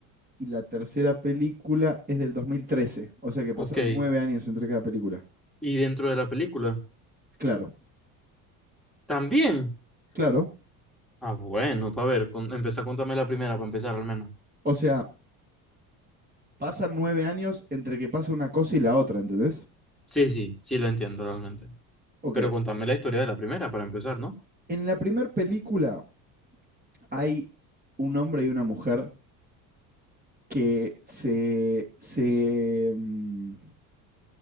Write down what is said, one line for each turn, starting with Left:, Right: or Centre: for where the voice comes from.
Right: y la tercera película es del dos mil trece O sea que
Centre: ok.
Right: pasaron 9 años entre cada película.
Centre: ¿Y dentro de la película?
Right: Claro,
Centre: También.
Right: claro.
Centre: Ah, bueno, para ver, con- empezá a contarme la primera para empezar al menos.
Right: O sea, pasan nueve años entre que pasa una cosa y la otra, ¿entendés?
Centre: Sí, sí, sí lo entiendo realmente.
Right: Ok,
Centre: Pero contame la historia de la primera para empezar, ¿no?
Right: en la primera película hay un hombre y una mujer que se, se, mm,